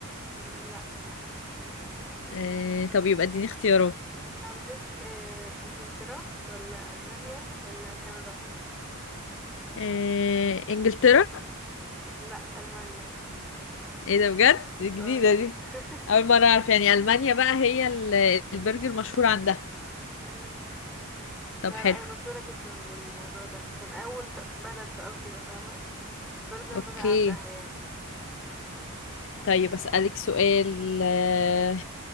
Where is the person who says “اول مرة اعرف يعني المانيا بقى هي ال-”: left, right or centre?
Left